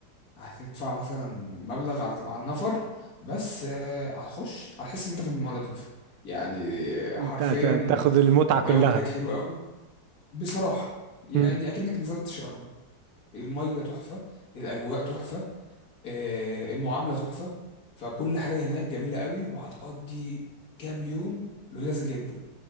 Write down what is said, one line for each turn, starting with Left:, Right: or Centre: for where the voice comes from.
Left: هتدفع مثلا مبلغ على على النفر بس آه، هتخش هتحس ان انت في المالديف يعني آه،
Right: انت
Left: حرفيا
Right: هت- تاخد المتعة
Left: الجو
Right: كلها
Left: هناك حلو قوي بصراحة يعني
Right: مم.
Left: أكنك نزلت شرم المية تحفة الأجواء تحفة آه، المعاملة تحفة فكل حاجة هناك جميلة قوي وهتقضي كام يوم لذاذ جدا